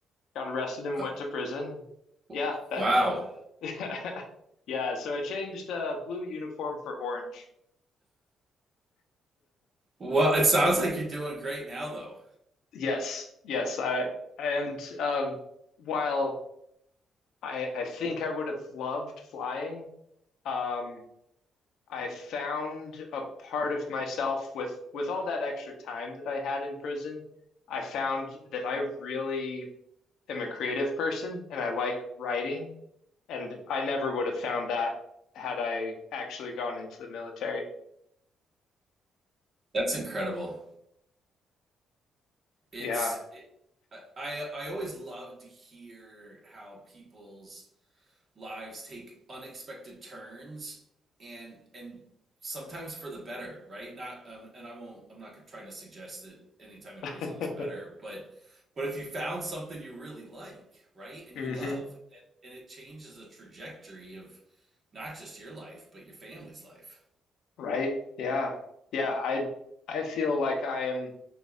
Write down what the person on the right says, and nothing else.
Uh,
w-
Wow.
Well, it sounds like you're doing great now, though.
That's incredible. It's
it, I I I always love to hear how people's lives take unexpected turns and and sometimes for the better, right? Not um, and I won't. I'm not trying to suggest that any time in
prison was better, but but if you found something you really like, right, and
you love, and, and it changes the trajectory of not just your life but your family's life.